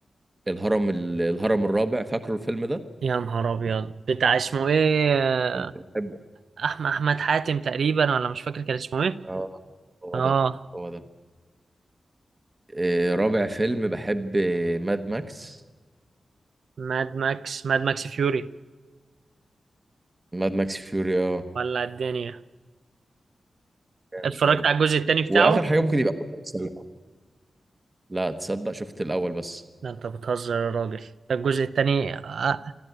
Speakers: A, on the right; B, on the right.
A: الهرم ال- الهرم الرابع فاكره الفيلم ده
B: يا نهار ابيض بتاع اسمه ايه آه،
A: كنت بحب
B: احمد احمد حاتم تقريبا ولا مش فاكر كان اسمه ايه
A: اه هو
B: اه
A: ده هو ده آه، رابع فيلم بحب ماد ماكس
B: ماد ماكس ماد ماكس فيوري
A: ماد ماكس فيوري اه
B: ولا الدنيا
A: جامد
B: اتفرجت
A: برضه
B: على الجزء التاني بتاعه
A: واخر حاجه ممكن يبقى كفر السلة لا تصدق شفت الاول بس
B: ده انت بتهزر يا راجل ده الجزء التاني أ-